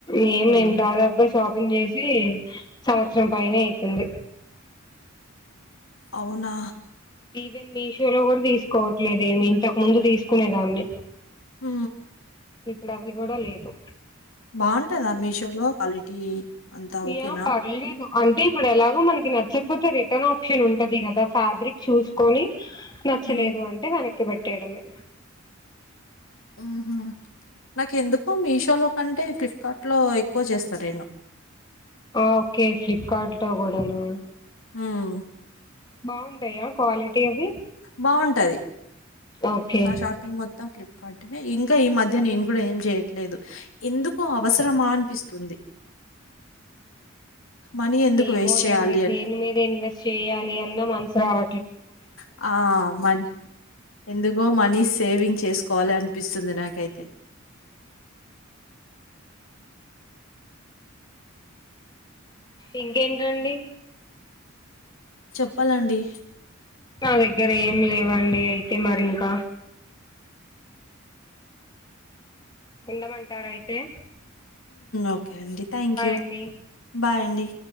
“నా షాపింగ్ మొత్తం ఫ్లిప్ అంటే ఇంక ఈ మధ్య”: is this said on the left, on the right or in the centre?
Left